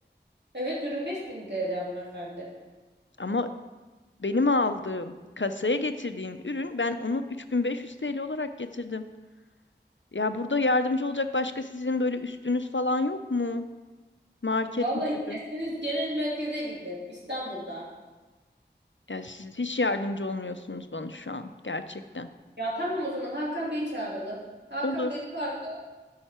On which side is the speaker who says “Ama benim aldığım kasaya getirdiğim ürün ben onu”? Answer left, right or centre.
Left